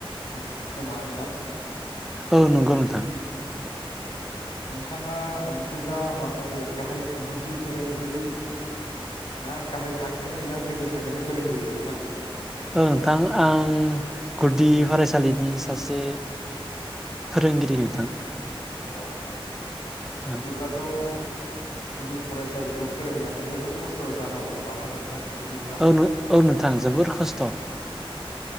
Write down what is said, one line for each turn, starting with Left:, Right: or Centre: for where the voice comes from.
Left: नो खोमा नदां
Centre: औ नंगौ नोंथां
Left: अ नोंथाङा बिदिब्ला मा अबे गाहाय गुदि फोरोंगिरि ना गाहाय थाखोनि ना गोजौ थाखोनि फोरोंगिरि नोंथां
Centre: नोंथां आं गुदि फरायसालिनि सासे फोरोंगिरि नोंथां
Left: अ
Centre: औ
Left: बिदिब्लाथ' गुदि फरायसालिखौ फोरोंनायाथ' जोबोद खस्थ' जानांगौ खोमा ना नोंथां बिदिब्ला
Centre: औ औ नोंथां जोबोर खस्थ'